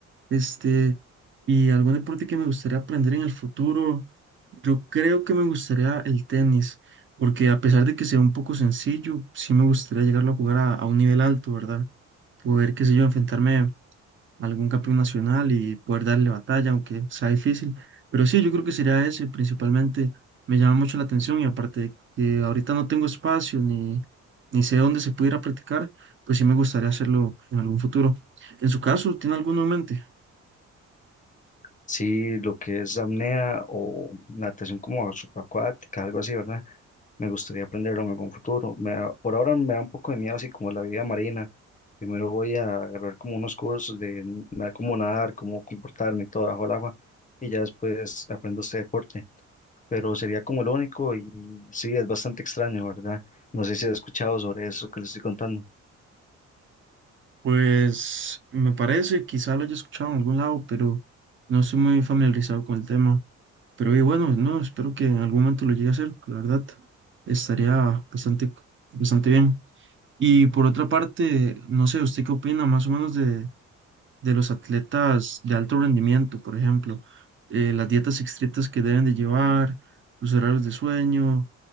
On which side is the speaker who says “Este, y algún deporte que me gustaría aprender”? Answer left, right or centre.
Right